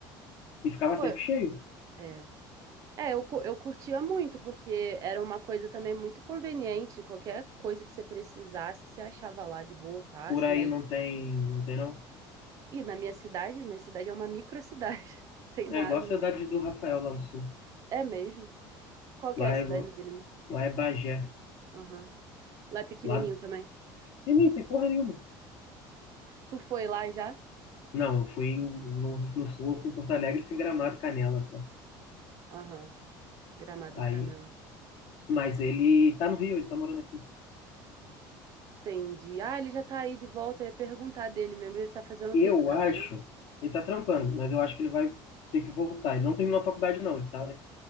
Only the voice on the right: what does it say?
Pô,
eu-
é. É, eu, cu- eu curtia muito, porque era uma coisa também muito conveniente. Qualquer coisa que você precisasse, você achava lá de boa, fácil,
né?
E,
e na minha cidade, minha cidade é uma microcidade. <laughs> Tem nada,
não.
É mesmo? Qual que
é a cidade
dele, né?
Aham. Lá é pequenininho
também.
Tu foi lá já?
Aham, Gramado
e Canela.
Entendi. Ah, ele já tá aí de volta. Eu ia perguntar dele mesmo. Ele tá fazendo
o quê? Tá trabalhando?